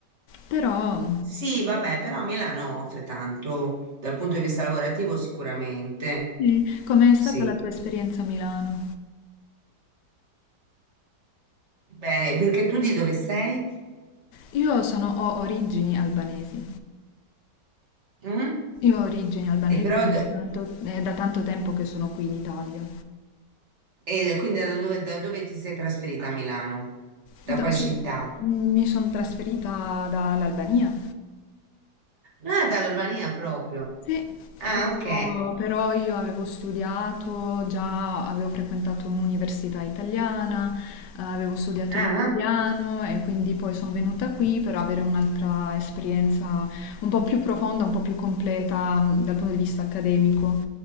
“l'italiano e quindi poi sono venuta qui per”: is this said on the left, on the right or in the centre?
Left